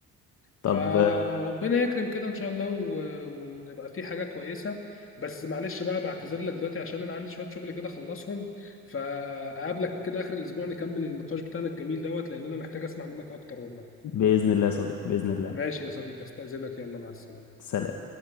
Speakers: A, on the left (about 65°); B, on the left (about 40°).
A: طب
B: فربنا يكرم كده ان شاء الله و- ونبقى في حاجه كويسه بس معلش بقى بعتذر لك دلوقتي عشان انا عندي شويه شغل كده اخلصهم فاقابلك كده اخر الاسبوع نكمل النقاش بتاعنا الجميل دوت لان انا محتاج اسمع منك اكتر والله
A: بإذن الله يا صديقي بإذن الله
B: ماشي يا صديقي استاذنك يلا مع السلامه
A: سلام